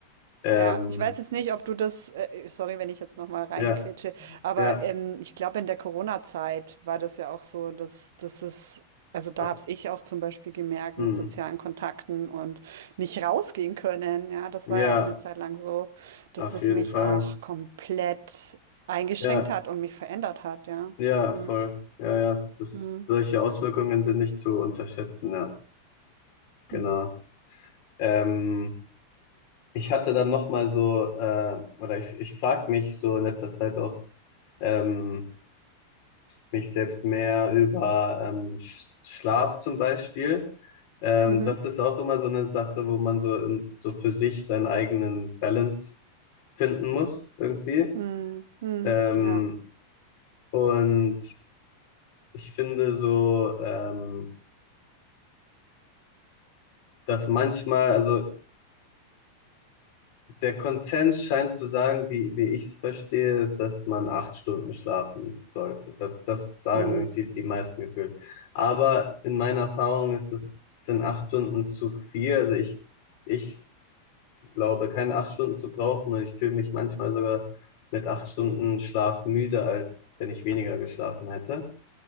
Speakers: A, on the left; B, on the right.
A: Ähm,
B: Ja, ich weiß jetzt nicht, ob du das, äh, sorry, wenn ich jetzt nochmal reingrätsche,
A: ja,
B: aber
A: ja,
B: ähm, ich glaube, in der Corona-Zeit war das ja auch so, dass, dass es, also da
A: äh,
B: hab's ich auch zum Beispiel gemerkt
A: hm.
B: mit sozialen Kontakten und nicht rausgehen können. Ja, das
A: Ja,
B: war ja auch eine Zeit lang so, dass
A: auf
B: das
A: jeden
B: mich
A: Fall.
B: auch komplett eingeschränkt
A: Ja.
B: hat und mich verändert hat, ja.
A: Ja,
B: Mhm.
A: voll. Ja, ja. Das,
B: Mhm.
A: solche Auswirkungen sind nicht zu unterschätzen, ja. Genau.
B: Mhm.
A: Ähm, ich hatte dann nochmal so, äh, oder ich, ich frage mich so in letzter Zeit auch ähm, mich selbst mehr über ähm, Sch- Schlaf zum Beispiel. Ähm,
B: Mhm.
A: das ist auch immer so eine Sache, wo man so, in- so für sich seinen eigenen Balance finden muss, irgendwie.
B: Mhm. Mhm.
A: Ähm,
B: Ja.
A: und ich finde so, ähm, dass manchmal, also der Konsens scheint zu sagen, wie, wie ich es verstehe, ist, dass man acht Stunden schlafen sollte. Das, das sagen
B: Mhm.
A: irgendwie die meisten gefühlt. Aber in meiner Erfahrung ist es, sind acht Stunden zu viel. Also ich, ich glaube, keine acht Stunden zu brauchen und ich fühle mich manchmal sogar mit acht Stunden Schlaf müde, als wenn ich weniger geschlafen hätte.